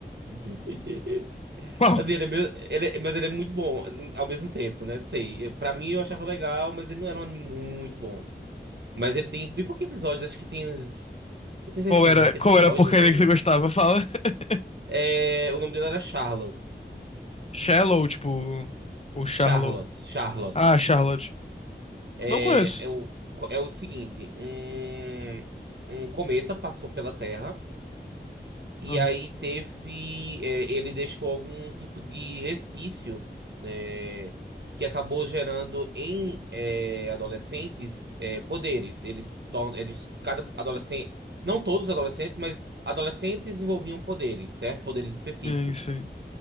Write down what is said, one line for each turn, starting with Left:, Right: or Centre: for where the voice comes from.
Right: <laughs>
Left: Qual?
Right: Assim, ele é meio, ele é- mas ele é muito bom ao mesmo tempo, né? Não sei. Pra mim eu achava legal, mas ele não era um anime muito bom. Mas ele tem bem poucos episódios, acho que tem uns. Não sei se
Left: Qual
Right: ele tem
Left: era,
Right: 20
Left: qual
Right: episódios
Left: era a porcaria
Right: ou menos.
Left: que você gostava? Fala. <laughs>
Right: É, o nome dele era Charlotte.
Left: Shallow, tipo. Ou Charlow.
Right: Charlotte. Charlotte.
Left: Ah, Charlotte.
Right: É,
Left: Não conheço.
Right: é, o, é o seguinte: um, um cometa passou pela Terra. E
Left: Aham.
Right: aí teve. é, ele deixou algum tipo de resquício, é, que acabou gerando em é, adolescentes é, poderes. Eles, torn- eles, cada adolescente. Não todos os adolescentes, mas adolescentes envolviam poderes, certo? Poderes específicos.
Left: Sim, sim.